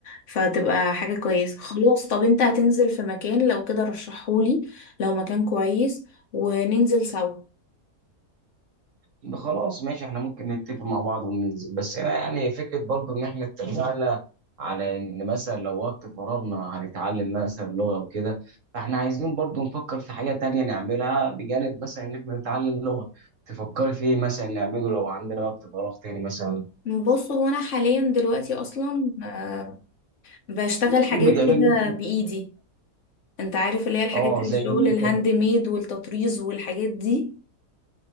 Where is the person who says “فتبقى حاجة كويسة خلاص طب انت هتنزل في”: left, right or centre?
Left